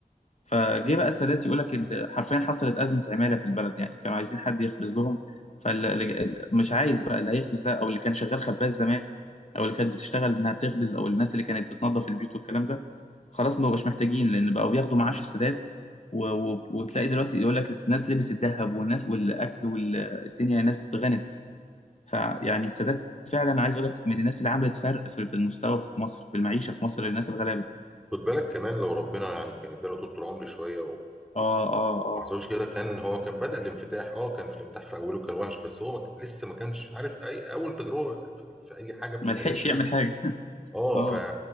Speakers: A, on the left (about 50°); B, in the centre.
A: فجه بقى السادات يقول لك ال- حرفيا حصلت أزمة عمالة في البلد يعني كانوا عايزين حد يخبز لهم فمش عايز بقى اللي هيخبز ده أو اللي كان شغال خباز زمان أو اللي كانت بتشتغل إنها بتخبز أو الناس اللي كانت بتنظف البيوت والكلام ده خلاص ما بقوش محتاجين لأن بقوا بياخدوا معاش السادات و... و... وتلاقي دلوقتي يقول لك الناس لبس الذهب والناس والأكل والدنيا الناس غنت فيعني السادات فعلا عايز اقول لك من الناس اللي عملت فرق في في المستوى في مصر في المعيشة في مصر للناس الغلابة
B: خد بالك كمان لو ربنا يعني كان اداله طول العمر شويه
A: اه اه اه
B: محظوظ كده كان هو كان بدأ الانفتاح اه كان في الانفتاح في اوله كان وحش بس هو ما ك- لسه ما كانش عارف اي اول تجربة في في اي حاجة بتبقى
A: ما لحقش
B: لسه
A: يعمل حاجة <laughs>
B: اه
A: اه
B: ف